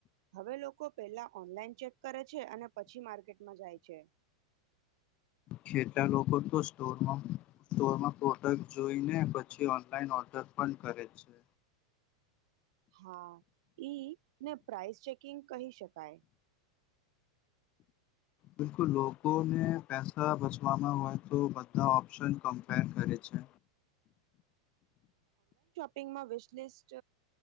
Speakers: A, on the right; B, on the left.
A: હવે લોકો પહેલા ઓનલાઈન ચેક કરે છે અને પછી માર્કેટમાં જાય છે.
B: ખેટા લોકો તો સ્ટોરમાં સ્ટોરમાં પ્રોડક્ટ જોઈને પછી ઓનલાઈન ઓર્ડર પણ કરે છે.
A: હા ઈ ને પપ્રાઇસ ચેકિંગ કહી શકાય.
B: બિલકુલ લોકોને પૈસા બચવામાં હોય તો બધા ઓપ્શન કમ્પેર કરે છે.
A: પિંગ મા વેસ્ટલિસ્ટ